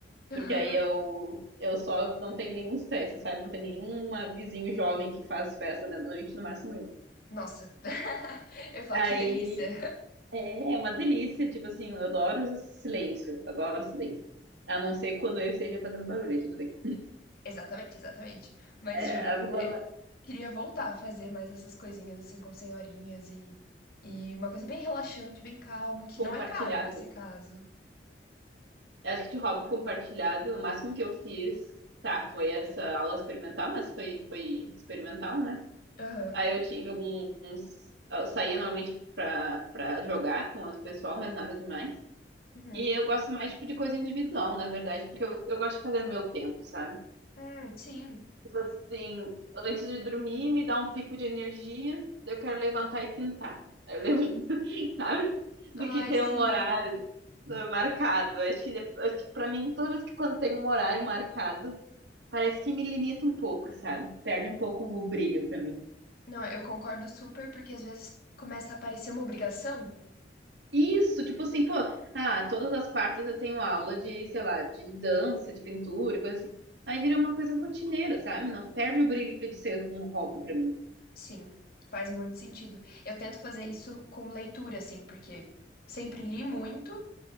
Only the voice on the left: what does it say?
Aham.
Nossa. <laughs> Eu ia falar,
que delícia.
Exatamente, exatamente. Mas
juro,
eu queria voltar a fazer mais essas coisinhas assim com senhorinhas e, e uma coisa bem relaxante, bem calmo, que
não é caro nesse caso.
Aham.
Uhum.
Hum, sim.
Ai,
sim.
Não, eu concordo super, porque às vezes começa a parecer uma obrigação.
Sim, faz muito sentido. Eu tento fazer isso com leitura, assim, porque sempre li muito.